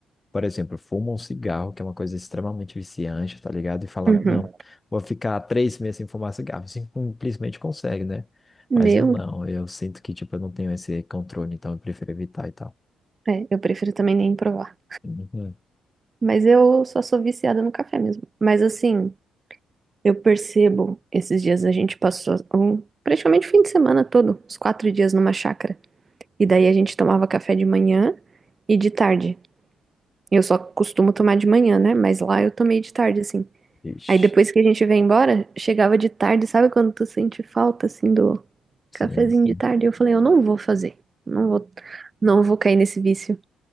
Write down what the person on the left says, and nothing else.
por exemplo, fumam um cigarro, que é uma coisa extremamente viciante, tá ligado? E falam,
não, vou ficar três meses sem fumar cigarro. Assim, Simplesmente consegue, né?
Mas eu não, eu sinto que, tipo, eu não tenho esse controle, então eu prefiro evitar e tal.
Uhum.
Ixi,
sim,
sim.